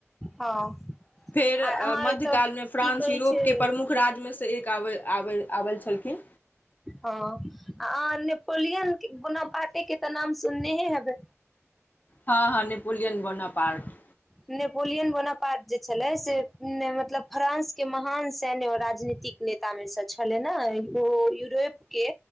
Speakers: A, in the centre; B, on the left (about 35°).
A: हँ
B: फेर
A: आ अहाँ
B: मध्यकाल
A: एतऽ
B: मे फ्रांस
A: की कहै
B: यूरोप
A: छै
B: के प्रमुख राज्यमे से एक आबै आबै आबै छलखिन
A: हँ अहाँ नेपोलियन बोनापार्टे के तऽ नाम सुनने हेबै
B: हँ हँ नेपोलियन बोनापार्ट
A: नेपोलियन बोनापार्ट जे छलै से मतलब फ्रांस के महान सैन्य आ राजनीत तिकनेता मे से छलै ने ओ यूरोप के